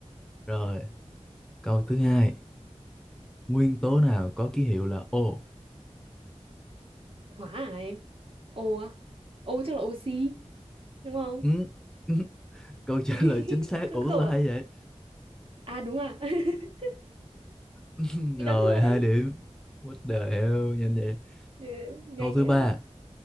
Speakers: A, in the centre; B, on the right (about 50°).
A: Rồi, câu thứ hai, nguyên tố nào có ký hiệu là O?
B: Hóa à em? Ô á? Ô chắc là oxy, đúng không?
A: Ừ, ừ. Câu trả
B: <laughs>
A: lời chính xác.
B: Không,
A: Ủa
B: không
A: sao
B: ạ?
A: hay vậy?
B: À? à đúng à. <laughs>
A: <laughs>
B: Chị
A: Rồi,
B: đoán bừa
A: hai
B: đấy.
A: điểm. What the hell, nhanh vậy.
B: Ừ, Nhanh
A: Câu thứ
B: nữa.
A: ba,